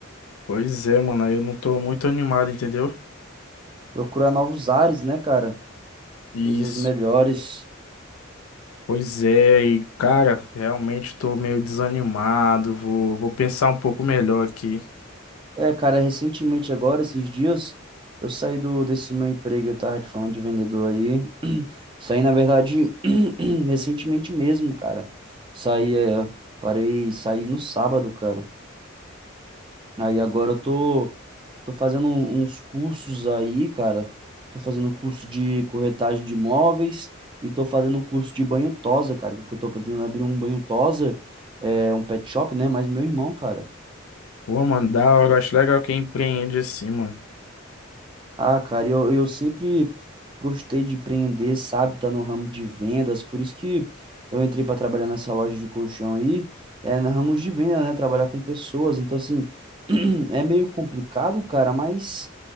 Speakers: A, on the left; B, on the right.
A: Pois é, mano. Aí eu não tô muito animado, entendeu?
B: Procurar novos ares, né, cara?
A: Isso.
B: Coisas melhores.
A: Pois é, e cara, realmente tô meio desanimado. Vou, vou pensar um pouco melhor aqui.
B: É, cara, recentemente agora, esses dias, eu saí do, desse meu emprego, eu tava te falando de vendedor aí. <clears throat> Saí, na verdade, <clears throat> recentemente mesmo, cara. Saí, é, parei, saí no sábado, cara. Aí agora eu tô, tô fazendo um- uns cursos aí, cara. Tô fazendo curso de corretagem de imóveis e tô fazendo um curso de banho tosa, cara, porque eu tô pretendendo abrir um banho tosa, é, um pet shop, né? Mas meu irmão, cara.
A: Pô, mano, da hora. eu Acho legal quem empreende assim, mano.
B: Ah, cara, eu, eu sempre gostei de empreender, sabe? Tá no ramo de vendas, por isso que eu entrei para trabalhar nessa loja de colchão aí, é no ramo de venda, né? Trabalhar com pessoas, então assim, <clears throat> é meio complicado, cara, mas